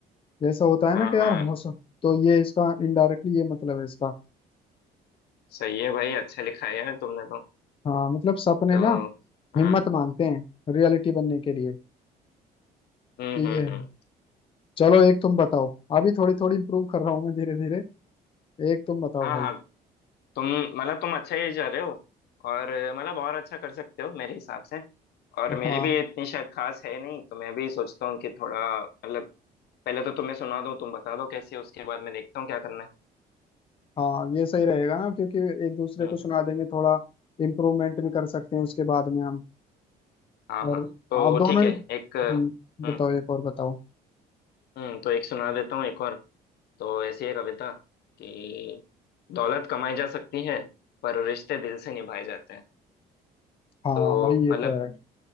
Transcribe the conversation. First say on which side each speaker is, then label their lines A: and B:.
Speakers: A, on the left (about 30°); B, on the left (about 70°).
A: जैसा होता है
B: हाँ
A: ना कि यार
B: हाँ
A: हो सक तो ये इसका इनडायरेक्टली ये मतलब है इसका
B: सही है भाई अच्छा लिखा है यार तुमने तो
A: हाँ मतलब सपने
B: तो
A: ना
B: हाँ
A: हिम्मत मांगते हैं रियलिटी बनने के लिए
B: हम्म
A: तो
B: हम्म
A: ये है
B: हम्म
A: चलो एक तुम बताओ अभी थोड़ी थोड़ी इम्प्रूव कर रहा हूँ मैं धीरे धीरे एक तुम बताओ
B: हाँ
A: भाई
B: हाँ तुम मतलब तुम अच्छा ही जा रहे हो और मतलब और अच्छा कर सकते हो मेरे हिसाब से और मेरी
A: हाँ
B: भी इतनी शायद खास है नहीं तो मैं भी सोचता हूँ कि थोड़ा मतलब पहले तो तुम्हें सुना दूँ तुम बता दो कैसी है उसके बाद मैं देखता हूँ क्या करना है
A: हाँ ये सही रहेगा ना क्योंकि एक दूसरे
B: हम्म
A: को सुना देंगे थोड़ा इम्प्रूवमेंट भी कर सकते हैं उसके बाद में हम
B: हाँ
A: और
B: हाँ तो
A: आप दोनों
B: ठीक है
A: हम्म,
B: एक हम्म
A: बताओ एक और बताओ
B: हम्म तो एक सुना देता हूँ एक और तो ऐसी है कविता कि दौलत कमाई जा सकती है पर रिश्ते दिल से निभाए जाते हैं
A: हाँ
B: तो
A: भाई ये
B: मतलब
A: तो है